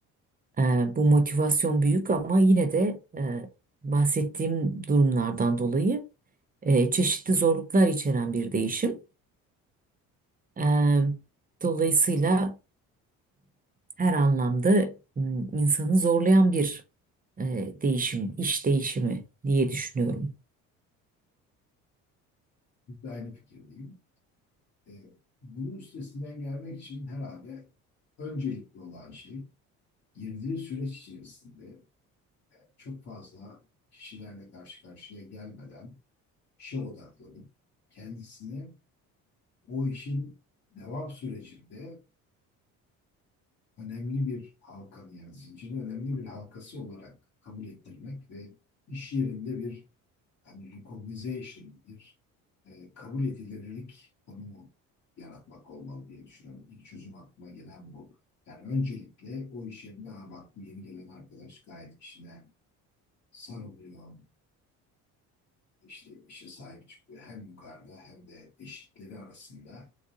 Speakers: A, on the right; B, on the left.
A: E, Bu motivasyon büyük ama yine de e, bahsettiğim durumlardan dolayı e, çeşitli zorluklar içeren bir değişim. E, Dolayısıyla her anlamda m, insanı zorlayan bir e, değişim, iş değişimi diye düşünüyorum.
B: bir aynı fikirdeyim. E, bunun üstesinden gelmek için herhalde öncelikli olan şey girdiği süreç içerisinde çok fazla kişilerle karşı karşıya gelmeden işe odaklanıp kendisini o işin devam sürecinde önemli bir halkanı yani zincirin önemli bir halkası olarak kabul ettirmek ve iş yerinde bir hani recognition, bir e, kabul edilirlik konumu yaratmak olmalı diye düşünüyorum. İlk çözüm aklıma gelen bu. Yani öncelikle o iş yerinde "Aa bak bu yeni gelen arkadaş gayet işine sarılıyor, işte işe sahip çıkıyor. Hem yukarıda hem de eşitleri arasında